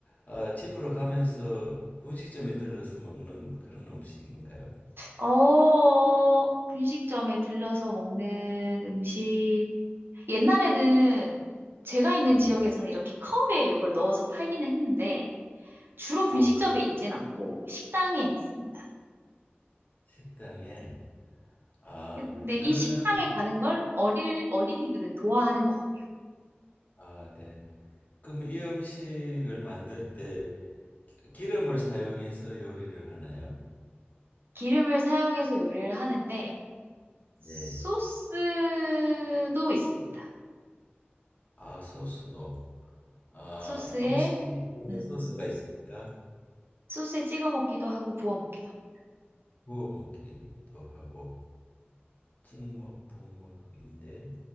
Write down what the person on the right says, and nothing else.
어, 분식점에 들러서 먹는 음식. 옛날에는 제가 있는
지역에서는 이렇게 컵에 이걸 넣어서 팔긴 했는데 주로 분식점에
있진 않고 식당에 있습니다.
근데 이
식당에 가는 걸 어릴, 어린이들은 좋아하는 것 같아요.
기름을 사용해서 요리를 하는데
소스도 있습니다.
소스에
음,
소스에 찍어 먹기도 하고 부어 먹기도 합니다.